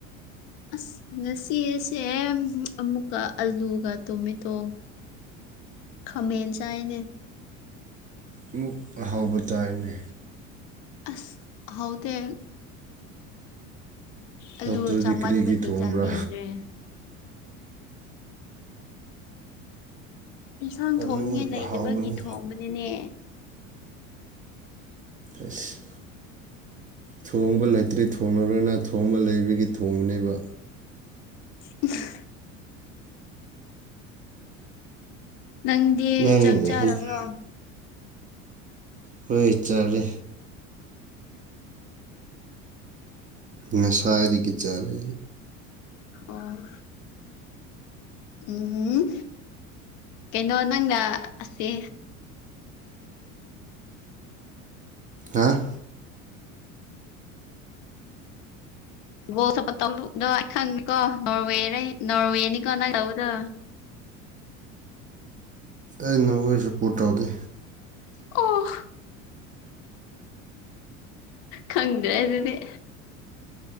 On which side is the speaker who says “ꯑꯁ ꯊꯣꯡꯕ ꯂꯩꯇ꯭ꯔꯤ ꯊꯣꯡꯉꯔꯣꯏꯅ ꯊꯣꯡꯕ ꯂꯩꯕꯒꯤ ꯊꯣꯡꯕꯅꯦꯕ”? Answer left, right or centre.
Right